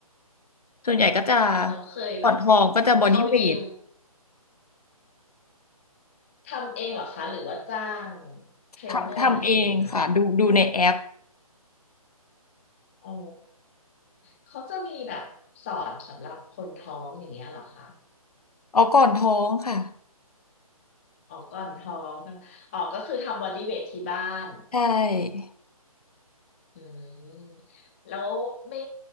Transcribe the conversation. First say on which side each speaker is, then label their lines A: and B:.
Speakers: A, on the left (about 80°); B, on the left (about 20°).
A: ส่วนใหญ่ก็จะ
B: เราเคยแบบ
A: ก่อนทองก็จะบอดี้เวท
B: เข้ายิมทำเองเหรอคะหรือว่าจ้างเทรนเนอร์มาเทรนนะคะ
A: ทำทำเองค่ะดูดูในแอป
B: อ๋อเขาจะมีแบบสอนสำหรับคนท้องอย่างเงี้ยเหรอคะ
A: อ๋อก่อนท้องค่ะ
B: อ๋อก่อนท้องกันอ๋อก็คือทำบอดี้เวทที่บ้าน
A: ใช่
B: อืมแล้วไม่